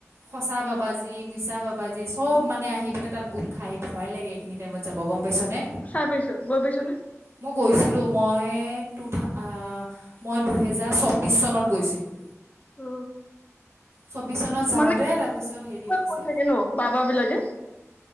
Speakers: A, on the right; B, on the left.
A: সঁচা বাবাজি মিছা বাবাজি চব মানে আহি পিনে তাত গোট খাই ভয় লাগে এইখিনি টাইমত যাব গম - পাইছনে
B: চাই পাইছ গৈ পাইছ নে?
A: মই গৈছিলো মই টু থাও আ মই দুহেজাৰ চৌব্বিশ চনত গৈছিলোঁ
B: অ
A: চৌব্বিশ চনত যাওঁতে
B: মানে
A: তাৰপিছত হেৰি হৈছে
B: কৈ থাকে ন বাবা বিলাকে